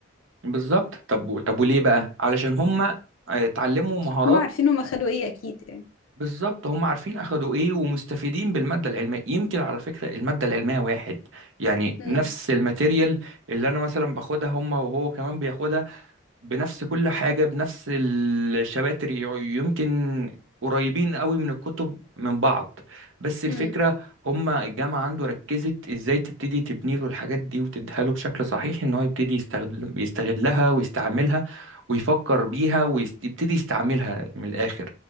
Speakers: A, on the right (about 75°); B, on the left (about 80°).
A: بالظبط طب طب وليه بقى
B: مم.
A: علشان هم آه، اتعلموا مهارات
B: عشان هما عارفين هما خدوا ايه اكيد يعني
A: بالظبط هم عارفين اخدوا ايه ومستفيدين بالماده العلميه يمكن على فكره الماده العلميه واحد يعني
B: امم
A: نفس الماتيريال اللي انا مثلا باخدها هم وهو كمان بياخدها بنفس كل حاجه بنفس الشباتر ي- يمكن قريبين قوي من الكتب من بعض بس الفكره
B: امم
A: هم الجامعه عنده ركزت ازاي تبتدي تبني له الحاجات دي وتديها له بشكل صحيح ان هو يبتدي يستخدم يستغلها ويستعملها ويفكر بيها ويبتدي يستعملها من الاخر